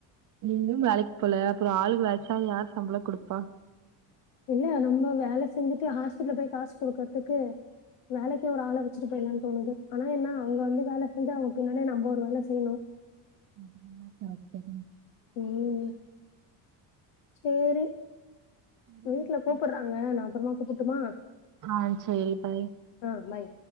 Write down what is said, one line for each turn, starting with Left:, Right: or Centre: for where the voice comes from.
Right: நீங்ளு வேலைக் போல ஒரு ஆளு வேல்ச்சா யாரு சம்பளோ குடுப்பா
Left: இல்ல நம்ம வேல செஞ்சுட்டு ஹாஸ்பிட்ல்ல போய் காசு குடுக்கற்துக்கு வேலைக்கே ஒரு ஆள வெச்சுட்டு போயல்லான் தோணுது ஆனா என்னா அவுங்க வந்து வேல செஞ்சு அவுங்க பின்னாடே நம்போ ஒரு வேல செய்யணு
Right: அதுக்கு இன்னாத்துக் <unintelligible>
Left: ம் சேரி
Right: சரி
Left: வீட்ல
Right: ஓகே
Left: கூப்புட்றாங்க நா அப்பறமா கூப்புட்டுமா
Right: அ சேரி பாய்
Left: அ பாய்